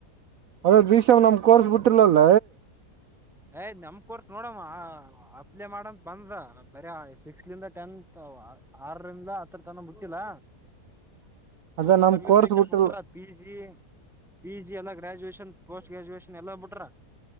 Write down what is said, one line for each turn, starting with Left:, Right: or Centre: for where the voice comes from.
Right: ಅದು ಬಿಸಿಎಂ ನಮ್ ಕೋರ್ಸ್ ಬಿಟ್ಟಲಲ್ಲ
Centre: ಯ್ ನಮ್ ಕೋರ್ಸ್ ನೋಡಮ್ಮ ಅಪ್ಲೈ ಮಾಡಂತ ಬಂದ ಬರ ಸಿಕ್ಸ್ತ್ಲಂದ ಟೆಂತ್ ಹ ಆರರಿಂದ ಹತ್ತರ ತನ ಬಿಟ್ಟಿಲ್ಲ
Right: <inaudible>
Centre: ಹನ್ನೊಂದರ್ಲಿಂದ
Right: ನಮ್ ಕೋರ್ಸ್
Centre: ಈ ಕಡೆ
Right: ಬಿಟ್ಟಿಲ್ಲ
Centre: ಬಿುಟ್ಟ್ರ ಪಿ ಜಿ ಪಿ ಜಿ ಎಲ್ಲ ಗ್ರಾಜುಯೇಷನ್ ಪೋಸ್ಟ್ ಗ್ರ್ಯಾಜುಯೇಷನ್ ಎಲ್ಲ ಬಿಟ್ರ